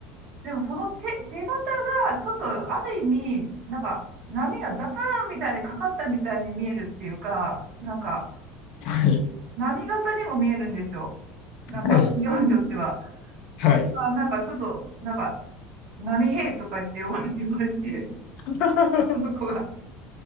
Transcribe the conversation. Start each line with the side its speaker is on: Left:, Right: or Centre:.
Right: でもその手、手形が、ちょっとある意味、なんか、波がザプーンみたいにかかったみたいに見えるっていうか、なんか、
Left: はい。
Right: 波形にも見えるんですよ。なんか、
Left: はい。
Right: 量によっては。
Left: はい。
Right: なんか、なんかちょっと、なんか、波平とか言って呼ばれて、われてて、
Left: <laughs>
Right: その子が、